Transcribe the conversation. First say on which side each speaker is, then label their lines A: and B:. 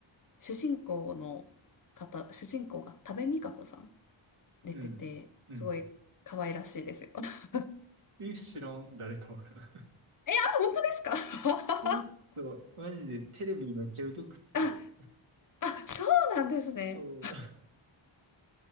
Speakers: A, on the left (about 40°); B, on the right (about 80°).
A: 主人公の方、主人公が多部未華子さん出てて、
B: うん。うん。
A: すごい可愛らしいですよ。<laughs>
B: え、知らん。誰かわからん。<laughs>
A: あ、本当ですか
B: え、ちょっと、マジでテレビめっちゃ疎くって。
A: <laughs> あ、あ、そうなんですね。
B: そう。